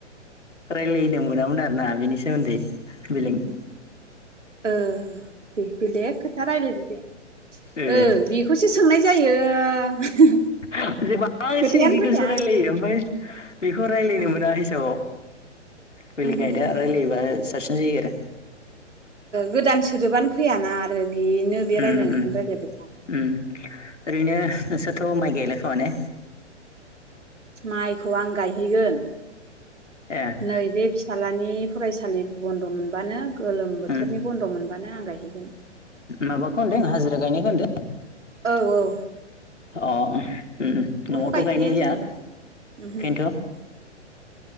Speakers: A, on the left; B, on the right.
A: रायलायनो मोनामोन आरो ना बेनि सोमोन्दै बेलेक
B: ओ दे बेलेग खोथा रायलायदो दे
A: ओ
B: औ बेखौसो सोंनाय जायो।
A: <unintelligible> रायलायो
B: खोथायानो फैया
A: ओमफ्राय बेखौ रायज्लायनो
B: ओं
A: मोना हिसाबाव। बेलेग
B: ओ
A: आयदा रायलायोबा साबसिन जायो आरो।
B: गोदान सोदोबानो फैयाना आरो बिनो बे
A: उम
B: रायज्लायनायखौनो
A: उम
B: रायज्लायबाय था।
A: उम ओरैनो नोंसोरथ' माइ गायलाखोमा ने?
B: माइखौ आं गायहैगोन
A: ए
B: नै बे फिज्लानि फरायसालि बन्द मोनबानो गोलोम बोथोरनि
A: उम
B: बन्द मोनबानो आं गायहैगोन।
A: माबाखौ होनदों हाजिरा गायनायखौ होनदों।
B: औ-औ।
A: अ उम न'आवथ'
B: गायखाया
A: गायनाय गैया
B: जेनेबा
A: बिखायनोथ।
B: ओमहो